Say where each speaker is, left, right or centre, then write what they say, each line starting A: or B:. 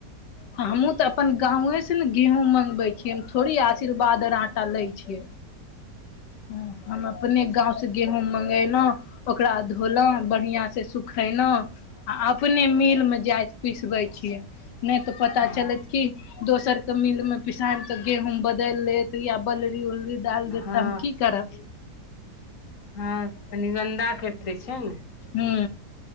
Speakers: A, on the left; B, on the left.
A: हमहूँ तऽ अपन गावे से ने गेहूँ मँंगगबै छियै हम थोड़ी आशीर्वाद आर आटा लै छियै ह ह <inaudible> अपने गाँंवसँ गेहूँ मगेलहुँ ओकरा धोलहुँ बढ़ियाँ से सुखेलहुँ आ अपने मिलमे जाइत पिसबैत छियै नहि तऽ पता
B: हँ
A: चलैत की दोसर के मिल में पिसायब ते गेहूंम बदेल लेत या बलरी उलरी ढाल देतता
B: हँ
A: हम की करब
B: हँ कनी गन्दा केर दै छै ने
A: हु